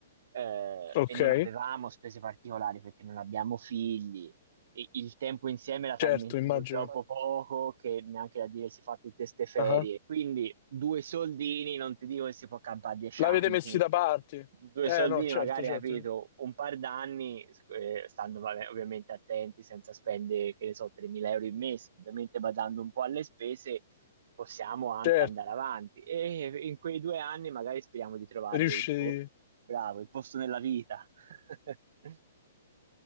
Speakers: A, on the right (about 65°); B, on the left (about 45°).
A: eh,
B: Ok,
A: e non avevamo spese particolari perché non abbiamo figli i- il tempo insieme era talmente
B: certo, immagino.
A: purtroppo poco che neanche da dire si fa tutte queste ferie.
B: Ah,
A: Quindi due soldini, non ti dico che si può campare dieci
B: L'avete
A: anni,
B: messi da parte?
A: due
B: Eh,
A: soldini
B: no, certo,
A: magari,
B: certo,
A: capito, un par d'anni, eh, stando vabbè, ovviamente attenti, senza spendere, che ne so, 3.000 euro in mese, ovviamente badando un po' alle spese, possiamo anche
B: certo.
A: andare avanti. E in quei due anni magari speriamo di trovare
B: Riusci...
A: il po- bravo, il posto nella vita. <laughs>